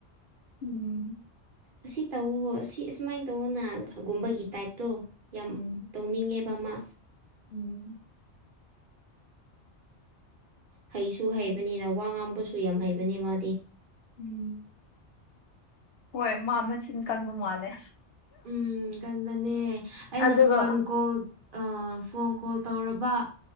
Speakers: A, on the left (about 60°); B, on the right (about 50°).
A: ꯎꯝ
B: ꯑꯁꯤ ꯇꯧꯋꯍꯣ ꯑꯁꯤ ꯑꯁꯨꯃꯥꯏꯅ ꯇꯧꯅꯒꯨꯝꯕꯒꯤ ꯇꯥꯏꯞꯇꯣ ꯌꯥꯝ
A: ꯎꯝ
B: ꯇꯧꯅꯤꯡꯉꯦꯕ ꯑꯃ
A: ꯎꯝ
B: ꯍꯩꯁꯨ ꯍꯩꯕꯅꯤꯅ ꯋꯥ ꯉꯥꯡꯕꯁꯨ ꯌꯥꯝ ꯍꯩꯕꯅꯤ ꯃꯥꯗꯤ
A: ꯎꯝ ꯍꯣꯏ ꯃꯥ ꯃꯆꯤꯟ ꯀꯟꯕ ꯃꯥꯜꯂꯦ
B: ꯎꯝ ꯀꯟꯝꯕꯅꯦ ꯑꯩꯅ
A: ꯑꯗꯨꯒ
B: ꯐꯣꯟ ꯀꯣꯜ ꯐꯣꯟ ꯀꯣꯜ ꯇꯧꯔꯕ